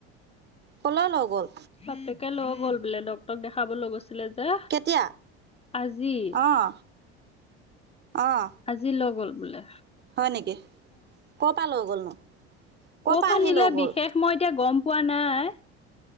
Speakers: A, on the right; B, on the left.
A: কলৈ লৈ গ'ল?
B: বাপেকে লৈ গ'ল বোলে ডক্টৰক দেখাব লৈ গৈছে। আছিলে যে
A: কেতিয়া
B: আজি
A: অঁ অঁ
B: আজি লৈ গ'ল। বোলে।
A: হয় নেকি কৰ' পা লৈ গ'লনো? ক'ৰ
B: ক
A: পৰা
B: পা
A: আহি
B: নিলে
A: লৈ গ'ল
B: বিশেষ মই এতিয়া গম পোৱা নাই।